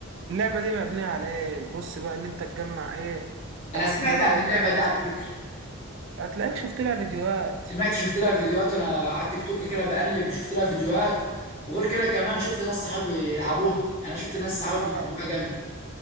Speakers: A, on the right; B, on the left.
A: اللعبة دي مبنية على ايه بص بقى اللي انت تجمع ايه
B: انا
A: احجرة
B: سمعت عن اللعبه
A: وخش
B: دي على فكره
A: هتلاقيك شفت لها فيديوهات
B: سمعت شفت لها فيديوهات وانا على التيك توك كده بقلب شفت لها فيديوهات وغير كده كمان شفت ناس صحابي بيلعبوها يعني انا شفت ناس صحابي
A: اه
B: بيتابعوها جامد